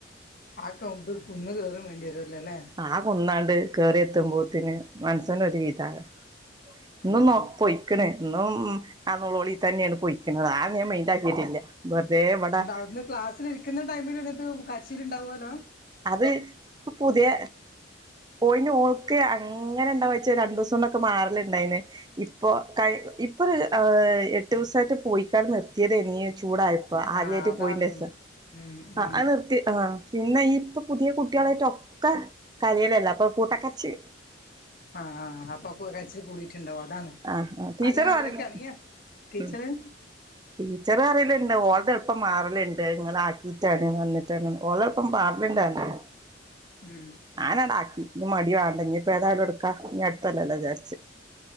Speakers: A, on the left (about 50°); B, on the right (about 20°).
A: ആക്ക <unintelligible> ഇന്ന് കയറൻ വേണ്ടി വരുല്ലോ അല്ലേ
B: ആഹ് കൊന്നാണ്ട് കറി എത്തുമ്പോത്തിന് മനസ്സന്റെ ഒരു ഇതാകും ഇന്നും
A: ഉം
B: നോ
A: ഉം
B: പൊയിക്കണ ഇന്നും ആളി തന്നെയാണ് പൊയിക്കണുന്നത് ആഹ് ഞാൻ മൈന്റ് ആക്കിയിട്ടില്ല വെറുതെ ഇവിടെ
A: <unintelligible> അവിന്ന് ക്ലാസ്സിൽ ഇരിക്കുന്ന ടൈമിൽ വന്നിട്ട് കരിച്ചിൽ ഉണ്ടാവുവല്ലോ
B: അത് ഇപ്പൊ പുതിയ ഓയിന് ഓൾക്കെ അങ്ങനെ ഇണ്ടാവ വച്ച രണ്ടു ദിവസം കൊണ്ടൊക്കെ മാറലുണ്ടായിന് ഇപ്പോ കൈ ഇപ്പൊ ഒരു എട്ട് ദിവസമായിട്ട് പോയിക്കാണ് നിർത്തിയത് ആയിരുന്നു ചൂടായിട്ട് അപ്പൊ
A: ആഹ്
B: ആദ്യായിട്ട്
A: അതാണ്
B: പോയിന്റെ രസം
A: ഉം
B: ആഹ്
A: ഉം
B: അഹ് നിർത്തിയ ആഹ് പിന്നെ ഈ ഇപ്പൊ പുതിയ കുട്ടികളായിട്ട ഒക്കെ കരായലല്ല അപ്പൊ കൂട്ടകരച്ചിൽ
A: ആഹ് ആഹ് അപ്പൊ കരച്ചില് കൂടിട്ടുണ്ടാവോ അതാണ്
B: ആ ആ ടീച്ചറ്
A: അല്ലെങ്കിൽ അതിലൊക്കെ
B: പറയും
A: അണങ്ങിയ ടീച്ചറ്
B: ഉം ടീച്ചർ അറിയിയുണ്ട് ഓള എളുപ്പം മാറലുണ്ട് നിങ്ങ ആക്കിയിട്ടാണ് വന്നിട്ടാണ് ഓള എളുപ്പം ലിണ്ടാണ് <unintelligible>
A: ഉം
B: ഞാനടാക്കി ഇനി മടി വേണ്ട ഇനി ഇപ്പൊ തായാലും എടുക്കാ ഇനി അടുത്തല്ലല്ലോ വിചാരിച്ച്